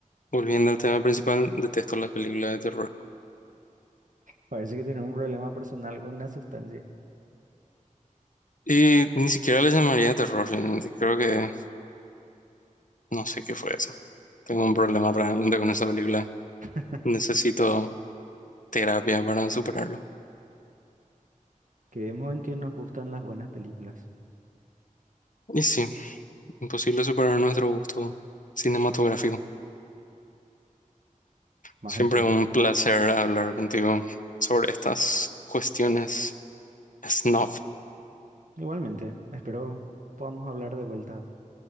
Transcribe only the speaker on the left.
Volviendo al tema principal, detesto las películas de terror.
Y ni siquiera les llamaría terror, realmente. Creo que no sé qué fue eso. Tengo un problema realmente con esa película.
Necesito terapia para superarlo.
Y sí, imposible superar nuestro gusto cinematográfico.
Siempre
un placer hablar contigo sobre estas cuestiones snuff.